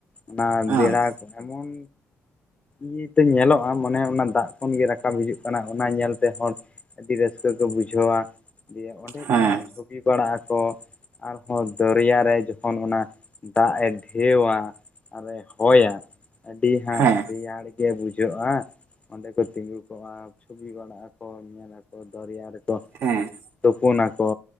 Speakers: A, on the left; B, on the right.
A: ᱚᱱᱟ
B: ᱚ
A: ᱵᱮᱲᱟ ᱠᱚ ᱮᱢᱚᱱ ᱤᱭᱟᱹᱛᱮ ᱧᱮᱞᱚᱜᱼᱟ ᱢᱟᱱᱮ ᱚᱱᱟ ᱫᱟᱜ ᱠᱷᱚᱱ ᱜᱮ ᱨᱟᱠᱟᱵ ᱦᱤᱡᱩᱜ ᱠᱟᱱᱟ ᱚᱱᱟ ᱧᱮᱞᱛᱮ ᱦᱚᱲ ᱟᱹᱰᱤ ᱨᱟᱹᱥᱠᱟᱹ ᱠᱚ ᱵᱩᱡᱷᱟᱹᱣᱟ, ᱫᱤᱭᱮ ᱚᱸᱰᱮ
B: ᱦᱮᱸ
A: ᱠᱚ ᱦᱟᱸᱜ ᱪᱷᱚᱵᱤ ᱵᱟᱲᱟᱜ ᱟᱠᱚ᱾ ᱟᱨᱦᱚᱸ ᱫᱚᱨᱭᱟ ᱨᱮ ᱡᱚᱠᱷᱚᱱ ᱚᱱᱟ ᱫᱟᱜ ᱮ ᱰᱷᱮᱣᱟ᱾ ᱟᱨᱮ ᱦᱚᱭᱟ ᱟᱹᱰᱤ ᱦᱟᱸᱜ
B: ᱦᱮᱸ
A: ᱨᱮᱭᱟᱲ ᱜᱮ ᱵᱩᱡᱷᱟᱹᱜᱼᱟ, ᱚᱸᱰᱮ ᱠᱚ ᱛᱤᱸᱜᱩ ᱠᱚᱜᱼᱟ, ᱪᱷᱩᱚᱵᱤ ᱵᱟᱲᱟᱜ ᱟᱠᱚ ᱧᱮᱞ ᱟᱠᱚ ᱫᱚᱨᱭᱟ ᱨᱮᱠᱚ
B: ᱦᱮᱸ
A: ᱛᱩᱯᱩᱱᱟᱠᱚ,